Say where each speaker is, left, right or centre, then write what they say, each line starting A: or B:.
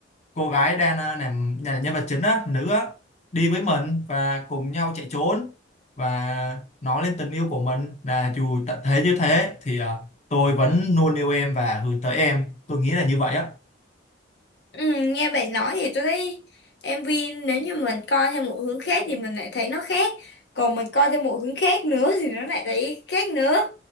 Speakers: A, on the left; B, on the left.
A: cô gái đang ờ, làm nhà nhân vật chính á nữ á đi với mình và cùng nhau chạy trốn và nói lên tình yêu của mình là dù tận thế như thế thì ờ, tôi vẫn luôn yêu em và hướng tới em tôi nghĩ là như vậy á
B: Ừ, nghe bạn nói thì tôi thấy em MV nếu như mình coi theo một hướng khác thì mình lại thấy nó khác còn mình coi theo một hướng khác nữa thì nó lại thấy khác nữa